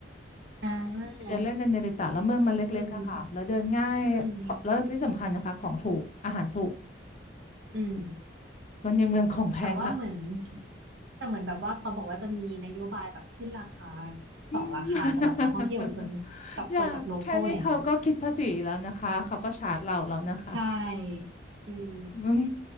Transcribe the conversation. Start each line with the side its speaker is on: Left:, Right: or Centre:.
Right: อ่า
Left: ไปเดินเล่นในเนริตะแล้วเมืองมันเล็กๆอะค่ะแล้วเดินง่าย
Right: อืมอืม
Left: แล้วที่สำคัญนะคะของถูกอาหารถูก
Right: อืม
Left: มันยังเมืองของแพงค่ะ
Right: แต่ว่าเหมือนแต่เหมือนแบบว่าเขาบอกว่าจะมีนโยบายแบบขึ้นราคา
Left: <laughs> อืม
Right: สองราคาสำหรับนักท่องเที่ยวคนกับคนแบบโลคอลแล้ว
Left: <laughs> อย่าแค่นี้เขาก็คิดภาษีแล้วนะคะเขาก็ชาร์จเราแล้วนะคะ
Right: ใช่
Left: <laughs>
Right: อืม
Left: อืม